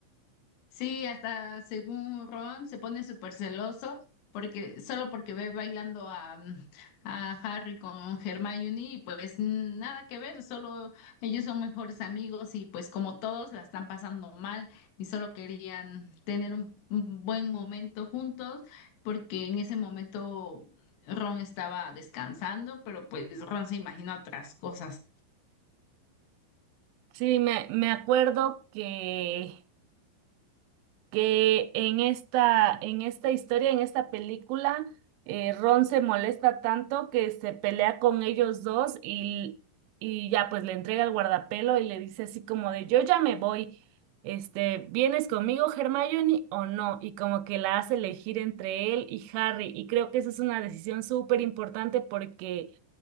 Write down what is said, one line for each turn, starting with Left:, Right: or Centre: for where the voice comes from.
Left: Sí, hasta según Ron se pone súper celoso porque solo porque ve bailando a, mm, a Harry con Hermione y pues nada que ver, solo ellos son mejores amigos y pues como todos la están pasando mal y solo querían tener un, un buen momento juntos porque en ese momento Ron estaba descansando, pero pues Ron se imagina otras cosas.
Right: Sí, me, me acuerdo que que en esta, en esta historia, en esta película, eh, Ron se molesta tanto que se pelea con ellos dos y, y ya pues le entrega el guardapelo y le dice así como de yo ya me voy, este, ¿vienes conmigo, Hermione, o no? Y como que la hace elegir entre él y Harry. Y creo que esa es una decisión súper importante porque